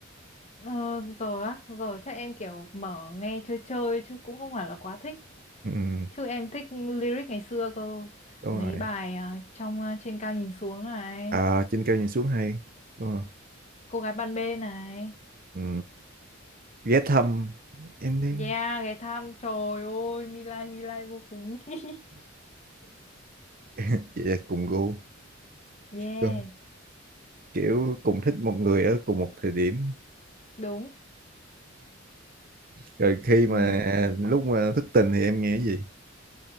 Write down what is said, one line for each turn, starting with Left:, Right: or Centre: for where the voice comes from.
Left: ờ, giờ á, giờ chắc em kiểu mở nghe chơi chơi chứ cũng không phải là quá thích.
Right: Ừ, ừ,
Left: Chứ em thích lyric ngày xưa cơ.
Right: đúng
Left: Mấy
Right: rồi.
Left: bài ờ, trong ờ, trên cao nhìn xuống này,
Right: À, trên cao nhìn xuống hay. Đúng rồi.
Left: cô gái ban bê này.
Right: Ừ. Ghé thăm em đang
Left: Yeah, ghé thăm trời ơi, My Lai My Lai vô cùng. <laughs>
Right: vậy là cùng gu
Left: Yeah,
Right: Đúng không? kiểu cùng thích một người ở cùng một thời điểm.
Left: đúng.
Right: Rồi khi mà
Left: Ừ,
Right: lúc mà thức tình thì em nghe cái gì?